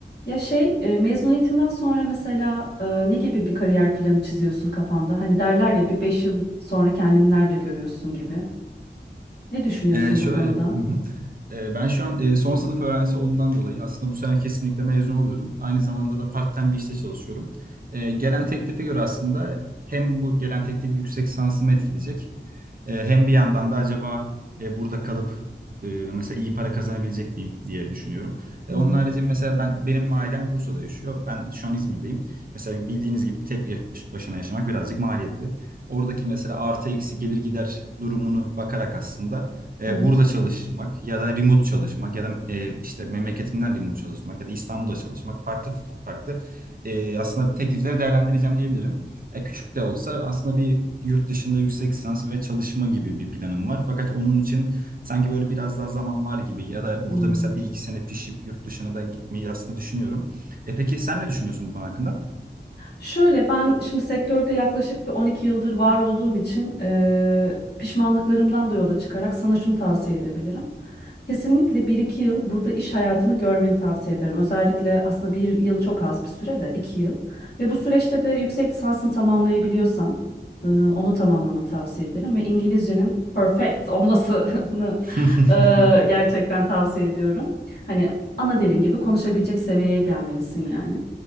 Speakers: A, on the left; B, on the right.
A: Ya şey e, mezuniyetinden sonra mesela e, ne gibi bir kariyer planı çiziyorsun kafanda? Hani derler ya bir beş yıl sonra kendini nerede görüyorsun gibi. Ne düşünüyorsun
B: Ee, şöyle,
A: bu konuda?
B: hı hı. Ee, ben şu an e, son sınıf öğrencisi olduğundan dolayı aslında bu sene kesinlikle mezun oluyorum. Aynı zamanda da part-time bir işte çalışıyorum. Ee, gelen teklife göre aslında hem bu gelen teklif yüksek lisansımı etkileyecek e, hem bir yandan da acaba e, burada kalıp e, mesela iyi para kazanabilecek miyim diye düşünüyorum.
A: Hı
B: E,
A: hı.
B: onun harici mesela ben benim ailem Bursa'da yaşıyor. Ben şu an İzmir'deyim. Mesela bildiğiniz gibi tek yaş- başına yaşamak birazcık maliyetli. Oradaki mesela artı eksi gelir gider durumunu bakarak aslında e,
A: Evet.
B: burada çalışmak ya da remote çalışmak ya da e, işte memleketimden remote çalışmak ya da İstanbul'da çalışmak farklı farklı e, aslında teklifleri değerlendireceğim diyebilirim. Ya küçük de olsa aslında bir yurt dışında yüksek lisans ve çalışma gibi bir planım var. Fakat onun için sanki böyle biraz daha zaman var gibi ya da
A: Hmm.
B: burada mesela bir iki sene pişip yurt dışına da gitmeyi aslında düşünüyorum. E peki sen ne düşünüyorsun bu konu hakkında?
A: Şöyle ben şimdi sektörde yaklaşık bir 12 yıldır var olduğum için e, pişmanlıklarımdan da yola çıkarak sana şunu tavsiye edebilirim. Kesinlikle bir iki yıl burada iş hayatını görmeni tavsiye ederim. Özellikle aslında bir yıl çok az bir süre de 2 yıl. Ve bu süreçte de yüksek lisansını tamamlayabiliyorsan e, onu tamamlamanı tavsiye ederim. Ve İngilizcenin perfect olmasını
B: <laughs>
A: <laughs> e, gerçekten tavsiye ediyorum. Hani ana dilin gibi konuşabilecek seviyeye gelmelisin yani.